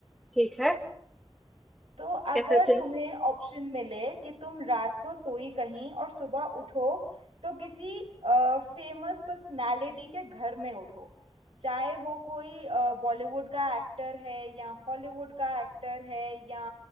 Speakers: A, in the centre; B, on the right.
A: ठीक है
B: तो अगर
A: कैसा चीज
B: तुम्हें ऑप्शन मिले कि तुम रात को सोई कहीं और सुबह उठो तो किसी फेमस पर्सनालिटी के घर में उठो चाहे वो कोई बॉलीवुड का एक्टर है या हॉलीवुड का एक्टर है या